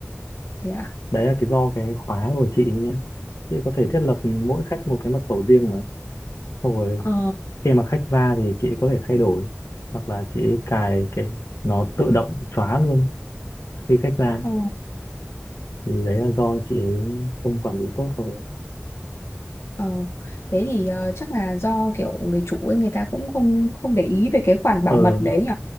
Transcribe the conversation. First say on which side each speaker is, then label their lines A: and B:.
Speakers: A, on the left; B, on the left.
A: Thế à?
B: đấy là cái do cái khóa của chị nhé, chị có thể thiết lập mỗi khách một cái mật khẩu riêng mà xong rồi
A: ờ
B: khi mà khách ra thì chị có thể thay đổi hoặc là chị ấy cài cái nó tự động xóa luôn khi khách ra
A: ờ
B: thì đấy là do chị ấy không quản lý tốt thôi
A: ờ thế thì ờ, chắc là do kiểu người chủ ấy người ta cũng không không để ý về cái khoản
B: ờ
A: bảo mật đấy nhỉ